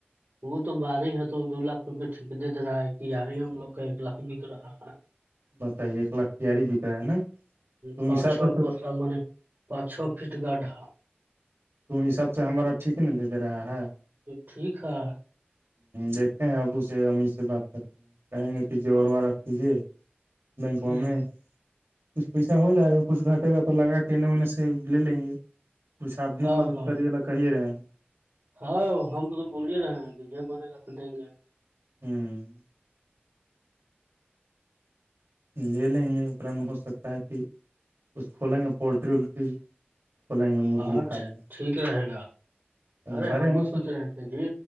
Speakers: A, on the right (about 65°); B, on the right (about 85°).
A: وہ تو باری ہے تو دو لاکھ روپئے ٹھیک دے رہا ہے کہ یار ہی ہم لوگ کا ایک لاکھ بک رہا ہے
B: بتائیے ایک لاکھ کیاری بک رہا ہے نا تم
A: پانچ
B: حساب
A: چو
B: سے تو
A: پسہ پانچ چھ فٹ گڈھا
B: تو وہ حساب سے ہمارا ٹیک دیتے رہا ہے
A: ٹھیک ہے
B: دیکھتے ہیں ابو سے امی سے بات کرتے ہیں کہیں گے کہ جووروا رکھ دیجیے بینکاک
A: ہ
B: میں کچھ پیسہ ہو جائے گا کچھ گھٹے گا تو لگا کے انہیں انیں سے لے لیں گے کچھ آپ بھی
A: ہاں
B: مدد
A: ہاں
B: کرے لا کہیے رہے ہیں
A: ہاں ہم تو بول ہی رہے ہیں کہ یہ بنے گا دیں گے
B: ہوں لے لیں گے امیں ہو سکتا ہے کہ کچھ کھولیں گے پولٹری وولٹری کھولیں گے مرغی
A: ہاں
B: فارم
A: ٹھیک رہے گا ارے
B: گھر
A: ہمو
B: ہیں تو
A: سوچ رہے تھے جی